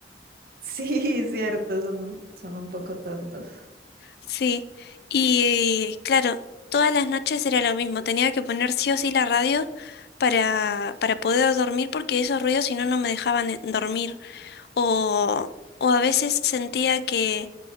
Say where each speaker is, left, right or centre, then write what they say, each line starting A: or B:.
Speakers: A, on the right; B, on the left.
A: Sí, cierto, son un, son un poco tontos.
B: Sí, y claro, todas las noches era lo mismo, tenía que poner sí o sí la radio para, para poder dormir porque esos ruidos si no no me dejaban eh, dormir o, o a veces sentía que,